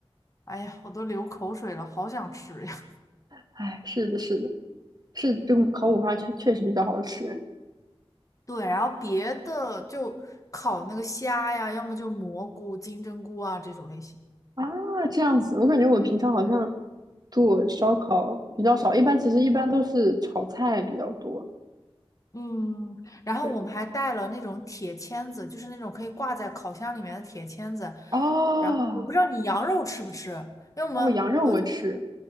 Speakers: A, on the left; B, on the right.
A: 哎呀，我都流口水了，好想吃。呀。
B: 哎，是的，是的，是这个烤五花确确实比较好吃。
A: 对，然后别的就烤那个虾呀，要么就蘑菇、金针菇啊这种类型。
B: 啊，这样子，我感觉我平常好像做烧烤比较少，一般其实一般都是炒菜比较多。
A: 嗯，然后我们还带了那种铁签子，
B: 对，
A: 就是那种可以挂在烤箱里面的铁签子。
B: 哦
A: 然后我不知道你羊肉吃不吃，因为我们我就，
B: 哦，羊肉我吃